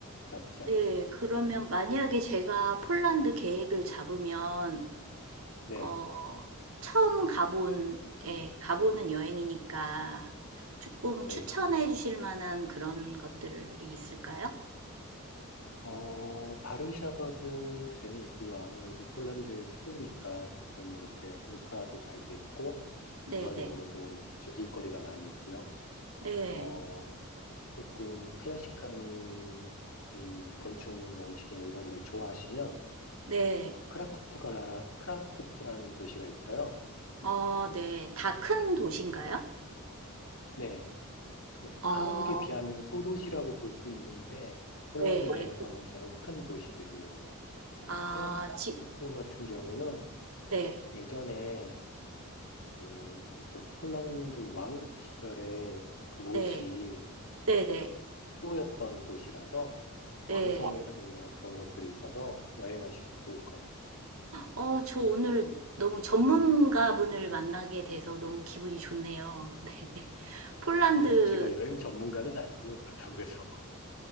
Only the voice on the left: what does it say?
나쁘지 않죠.
네,
네.
어, 바르샤바도 재미있고요. 아무래도 폴란드 수도니까 조금 이렇게 인프라도 잘 돼 있고,
문화적으로도 즐길 거리가 많이 있고요.
어,
조금 클래식한, 음, 건축 양식이나 이런 걸 좋아하시면,
어, 크라쿠프가, 크라쿠프라는 도시가 있어요.
네. 네, 그
한국에 비하면 소도시라고 볼 수 있는데 폴란드
내에서는
제법 큰 도시들이에요.
크라쿠프
같은 경우는
예전에 그 이쪽 폴란드 왕국 시절에 그곳이
어, 수도였던 도시라서 왕성이라든가
그런 것들이 있어서 여행하시기 좋을 거예요.
아, 여- 제가 여행 전문가는 아니고요. 그렇다고 해서. <laughs>